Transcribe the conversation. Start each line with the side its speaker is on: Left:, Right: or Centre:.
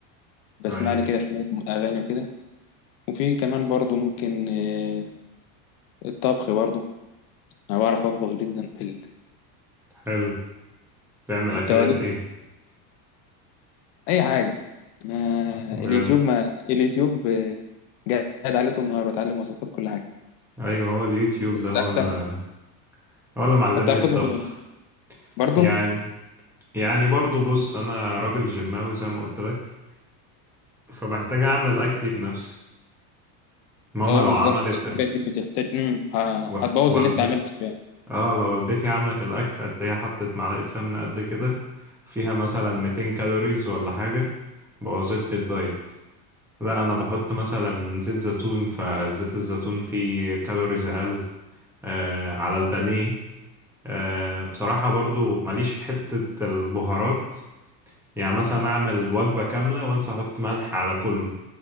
Left: بسمع
Centre: اي
Left: لي كده شويه اغاني وكده وفي كمان برضو ممكن آه، الطبخ برضو انا بعرف اطبخ جدا في ال...
Centre: حلو تعمل اكلات
Left: انت ليك
Centre: ايه
Left: اي حاجه انا
Centre: بجد
Left: اليوتيوب ما اليوتيوب آه، قاعد عليه طول النهار بتعلم وصفات كل حاجه
Centre: ايوه هو اليوتيوب
Left: بس
Centre: ده هو
Left: اكتر
Centre: اللي
Left: انت
Centre: هو اللي معلمني
Left: بتعرف
Centre: الطبخ
Left: تطبخ ولا لأ؟ برضو
Centre: يعني يعني برضو بص انا راجل جماوي زي ما قلت لك فبحتاج اعمل اكلي بنفسي ماما
Left: اه
Centre: لو
Left: بالظبط
Centre: عملت ال...
Left: الحاجات دي بتحتاج مم، ه-
Centre: و...
Left: هتبوظ
Centre: والد...
Left: اللي انت عملته فيها
Centre: اه لو والدتي عملت الاكل هتلاقيها حطت معلقه سمنه قد كده فيها مثلا 200 كالوريز ولا حاجه بوظت لي الدايت لا انا بحط مثلا زيت زيتون فزيت الزيتون فيه كالوريز اقل آه على البانيه آه، بصراحة برضو ماليش في حتة البهارات يعني مثلا أعمل وجبة كاملة وأنسى أحط ملح على كله